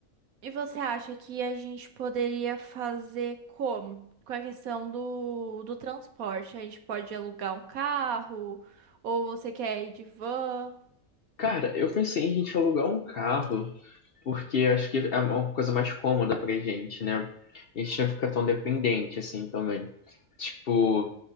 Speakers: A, on the right; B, on the left.
A: E você acha que a gente poderia fazer como? Com a questão do, do transporte? A gente pode alugar um carro? Ou você quer ir de van?
B: Cara, eu pensei em a gente alugar um carro, porque eu acho que é uma coisa mais cômoda pra gente, né? A gente não fica tão dependente assim também. Tipo,